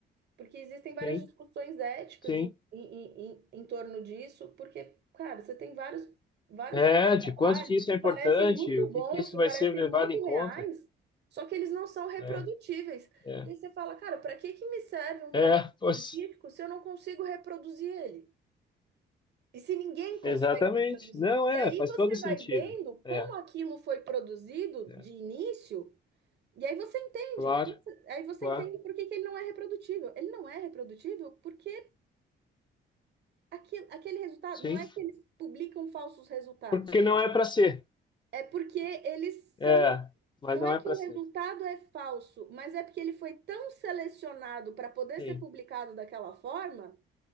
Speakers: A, on the right; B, on the left.
A: Porque existem várias
B: sim,
A: discussões éticas
B: sim.
A: em, em, em, em torno disso, porque, cara, você tem vários, vários
B: É, de
A: trabalhos
B: quanto que isso
A: que
B: é importante,
A: parecem muito
B: o que
A: bons,
B: que isso
A: que
B: vai
A: parecem
B: ser levado
A: muito
B: em conta.
A: reais, só que eles não são reprodutíveis.
B: É, é.
A: E aí você fala, cara, para que que me serve um trabalho
B: É, pois,
A: científico se eu não consigo reproduzir ele? E se ninguém consegue
B: exatamente.
A: reproduzir?
B: Não,
A: E
B: é,
A: aí
B: faz
A: você
B: todo sentido.
A: vai vendo como
B: É,
A: aquilo foi produzido
B: é.
A: de início. E aí você entende,
B: Claro,
A: aí você
B: claro.
A: entende por que que ele não é reprodutível. Ele não é reprodutível porque aquele, aquele resultado,
B: Sim.
A: não é que eles publicam falsos resultados,
B: Porque não é para ser.
A: é porque eles
B: É,
A: são,
B: mas
A: não
B: não
A: é
B: é
A: que
B: para
A: o
B: ser.
A: resultado é falso, mas é porque ele foi tão selecionado para poder
B: Sim.
A: ser publicado daquela forma,